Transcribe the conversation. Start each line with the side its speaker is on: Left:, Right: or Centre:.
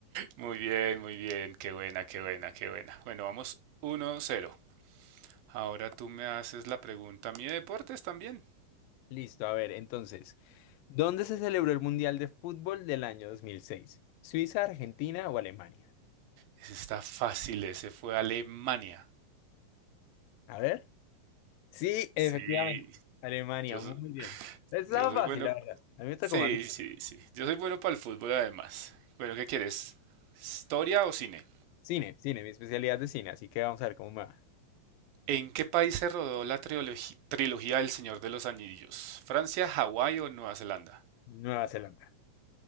Right: muy bien, muy bien. Qué buena, qué buena, qué buena. Bueno, vamos 1-0. Ahora tú me haces la pregunta a mí de deportes también.
Left: Listo, a ver, entonces, ¿dónde se celebró el Mundial de Fútbol del año 2006? ¿Suiza, Argentina o Alemania?
Right: Ese está fácil, ese fue Alemania.
Left: A ver. Sí, efectivamente.
Right: Sí,
Left: Alemania,
Right: yo,
Left: muy
Right: so-
Left: bien. Está
Right: yo soy
Left: fácil,
Right: bueno.
Left: la verdad. A mí me gusta
Right: Sí,
Left: como más de-
Right: sí, sí. Yo soy bueno para el fútbol además. Bueno, ¿qué quieres? ¿Historia o cine?
Left: cine, cine, mi especialidad de cine, así que vamos a ver cómo me va.
Right: ¿En qué país se rodó la triologi- trilogía del Señor de los Anillos? ¿Francia, Hawái o Nueva Zelanda?
Left: Nueva Zelanda.